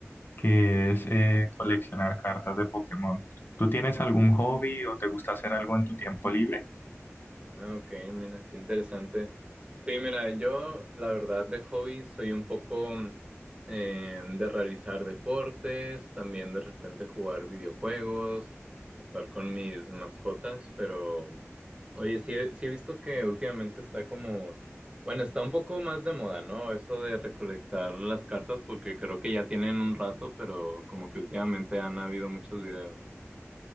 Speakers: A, on the left (about 45°); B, on the right (about 20°).
A: que es eh, coleccionar cartas de Pokémon. ¿Tú tienes algún hobby o te gusta hacer algo en tu tiempo libre?
B: Ah, ok, mira, qué interesante. Sí, mira, yo la verdad de hobby soy un poco mm, eh, de realizar deportes, también de repente jugar videojuegos, estar con mis mascotas, pero oye, sí he, sí he visto que últimamente está como, bueno, está un poco más de moda, ¿no? Eso de recolectar las cartas porque creo que ya tienen un rato, pero como que últimamente han habido muchos videos.